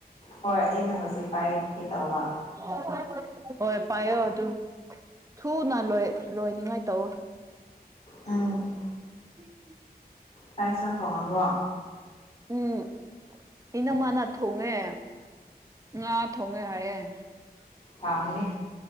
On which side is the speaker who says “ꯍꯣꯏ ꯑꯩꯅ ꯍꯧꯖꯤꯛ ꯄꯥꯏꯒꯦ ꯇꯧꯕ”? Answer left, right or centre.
Left